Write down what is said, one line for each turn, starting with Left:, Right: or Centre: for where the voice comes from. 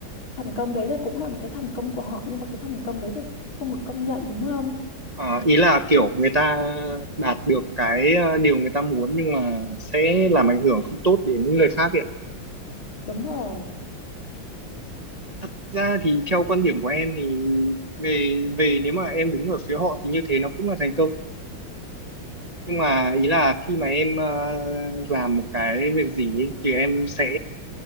Left: thành công đấy là cũng là một cái thành công của họ nhưng mà cái thành công đấy được không được công nhận đúng không?
Right: Ờ, ý là kiểu người ta đạt được cái ờ, điều người ta muốn nhưng mà sẽ làm ảnh hưởng không tốt đến người khác ấy. ạ.
Left: Đúng rồi.
Right: Thật ra thì theo quan điểm của em thì về về nếu mà em đứng ở phía họ thì như thế nó cũng là thành công nhưng mà ý là khi mà em ờ, làm một cái việc gì ấy, thì em sẽ